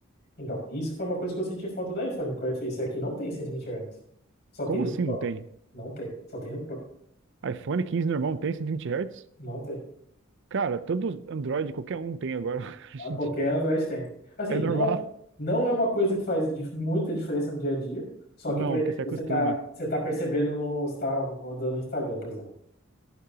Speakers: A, on the left (about 50°); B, on the right (about 60°).
A: então, isso foi uma coisa que eu senti falta do iPhone, que o iPhone- esse aqui não tem 120 Hz. Só tem
B: Como
A: no
B: assim
A: Pro.
B: não tem?
A: Não tem, só tem no Pro.
B: iPhone quinze normal não tem 120 Hz?
A: Não tem.
B: Cara, todo Android, qualquer um tem agora. <laughs> Gente,
A: A qualquer Android tem. Assim,
B: é normal.
A: não é, não é uma coisa que faz dif- muita diferença no dia a dia. Só
B: Não,
A: que, por exemplo,
B: porque você
A: você
B: acostuma.
A: tá, você tá percebendo no, você tá rodando no Instagram, por exemplo.